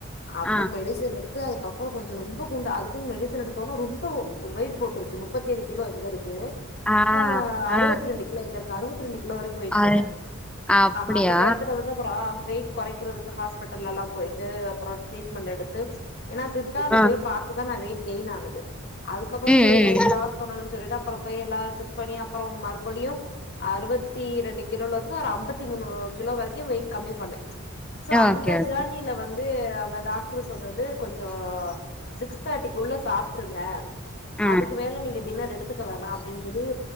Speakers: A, on the left (about 55°); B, in the centre.
A: அப்ப
B: ஆ
A: மெடிசன் எடுத்து அதுக்கப்புற கொஞ்சம் ரொம்ப குண்டு அதுக்குன்னு மெடிச எடுத் தணு ரொம்ப வெயிட் போட்டுருச்சு முப்பத்தி ஏழு கிலோ எங்க இருக்கு
B: ஆ
A: து அறுவத்தி
B: ஆ
A: ரெண்டு கிலோ எங்க இரு அறுவத் வத்தி ரெண்டு கிலோ வரைக்கு வெயிட்
B: அது
A: போட்டே
B: அப்டியா
A: அந்த டயத்துல வந்து அப்புற வெயிட் கொறைக்கிறதுக்கு ஹாஸ்பிட்டல்ல எல்லா போயிட்டு அப்புற ட்ரீட்மெண்ட் எடுத்து ஏன்னா சித்தால
B: ஆ
A: போய் பாத்துதா நா வெயிட் கெயின் ஆனது அதுக்கப்பற
B: ம்
A: சரி
B: ம்
A: வெயிட் லாஸ் பண்ணும்னு சொல்லிட்டா அப்புற போய் எல்லா செக் பண்ணி அப்புற மறுபடியு அறுவத்தி ரெண்டு கிலோல இருந்து ஒரு ஐம்பத்தி மூணு கிலோ வரைக்கு வெயிட் கம்மி பண்ணே சோ
B: ஓகே
A: அந்த
B: ஓகே
A: ஜேர்னில வந்து அந்த டாக்டரு சொன்னது கொஞ்சம் சிக் தேடிக்குள்ள சாப்பிட்டுருங்க
B: ஆ
A: அதுக்கு மேல நீங்க டின்னர் எடுத்துக்க வேணா அப்டின்னு சொல்லி